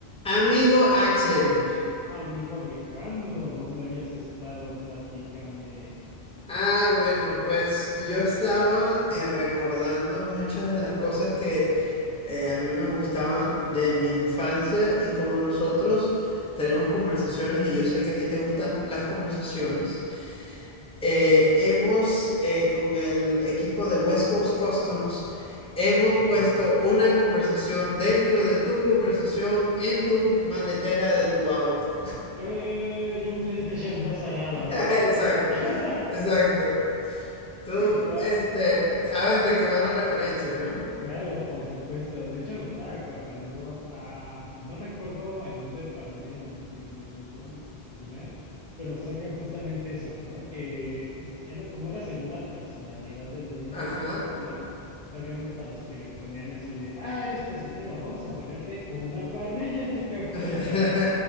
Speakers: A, in the centre; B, on the left.
A: Amigo Axel,
B: Amigo Alejandro, ¿dónde habías estado? Platícame.
A: ah, bueno, pues yo estaba eh, recordando muchas de las cosas que eh, a mí me gustaban de mi infancia y como nosotros tenemos conversaciones y yo sé que a ti te gustan las conversaciones, eh, hemos eh, con el equipo de West Coast Customs, hemos
B: <laughs>
A: puesto una conversación dentro de tu conversación en tu maletera de tu auto.
B: Eh, y un PlayStation 2 al lado.
A: <laughs> Exacto,
B: <laughs>
A: exacto. Tú,
B: Gua-
A: este,
B: no.
A: sabes de qué va la referencia, ¿no?
B: Claro, por supuesto. De hecho, me estaba acordando, ah, no recuerdo en dónde parodian en, en Chúlame la Máquina, pero sacan justamente eso, ¿no? Que s- era, como era según la personalidad del dueño
A: Ajá.
B: del vehículo, había unos a los que les ponían así de, ah, eres cocinero, vamos a ponerte una parrilla en tu cajuela.
A: <laughs>